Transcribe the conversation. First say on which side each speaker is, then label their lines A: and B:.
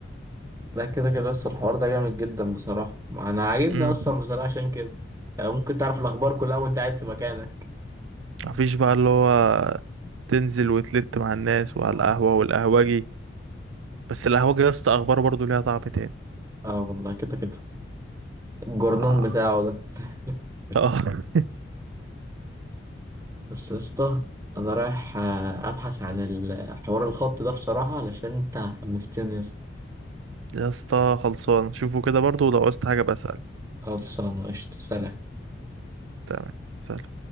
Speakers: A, on the right (about 15°); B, on the right (about 80°).
A: لا كده كده اصلا الحوار ده جامد جدا بصراحه ما انا عاجبني
B: امم
A: اصلا بصراحه عشان كده آه، ممكن تعرف الاخبار كلها وانت قاعد في مكانك
B: مفيش بقى اللي هو تنزل وتلت مع الناس وعلى
A: اه
B: القهوة والقهوجي بس القهوجي يا اسطى اخباره برضه ليها طعم تاني
A: اه والله كده كده الجورنان
B: اه
A: بتاعه ده <laughs>
B: اه <laughs>
A: بس يا اسطى انا رايح آه، ابحث عن الحوار الخط ده بصراحه علشان انت حمستني يا اسطى
B: يا اسطى خلصان شوفوا كده برضه ولو عوزت حاجة بسأل
A: خلصانة قشطة سلام
B: تمام سلام